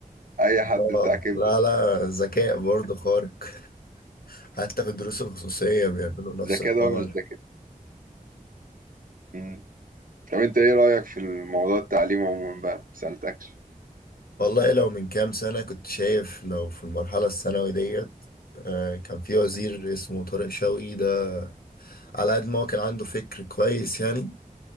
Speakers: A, on the right; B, on the left.
A: أي حد
B: اه
A: بتاع كبدة
B: لا لا ذكاء برضو خارق حتى في الدروس الخصوصية بيعملوا نفس
A: ذكاء
B: الحوار
A: ده ولا مش ذكاء مم. طب أنت إيه رأيك في الموضوع التعليم عموما بقى؟ ما سألتكش
B: والله لو من كام سنة كنت شايف لو في المرحلة الثانوي ديت آه، كان في وزير اسمه طارق شوقي ده على قد ما هو كان عنده فكر كويس يعني